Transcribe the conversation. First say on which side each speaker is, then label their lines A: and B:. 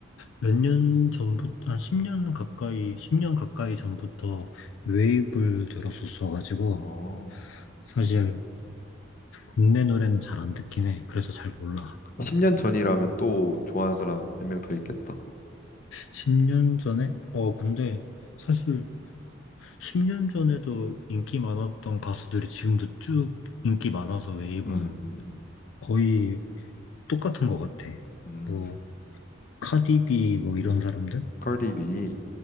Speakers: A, on the left; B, on the left.
A: 몇 년 전부터, 한 10년 가까이, 10년 가까이 전부터 웨이브를 들었었어가지고,
B: 어,
A: 사실 국내 노래는 잘 안 듣긴 해. 그래서 잘 몰라.
B: 10년 전이라면 또 좋아하는 사람 몇 명 더 있겠다.
A: 10년 전에? 어, 근데 사실 10년 전에도 인기 많았던 가수들이 지금도 쭉 인기 많아서 웨이브는
B: 음, 음,
A: 거의 똑같은 것 같아.
B: 음.
A: 뭐 카디비 뭐 이런 사람들?
B: 컬립이.